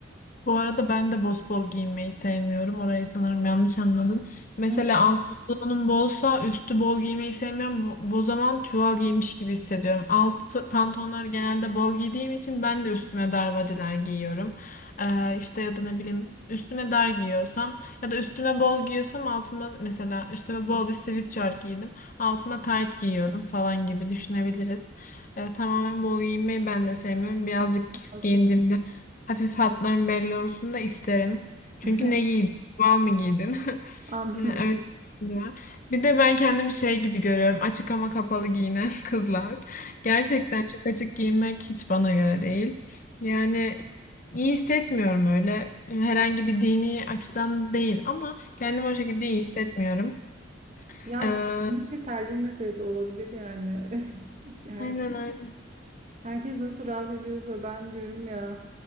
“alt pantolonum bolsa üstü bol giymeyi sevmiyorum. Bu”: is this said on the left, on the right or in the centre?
Left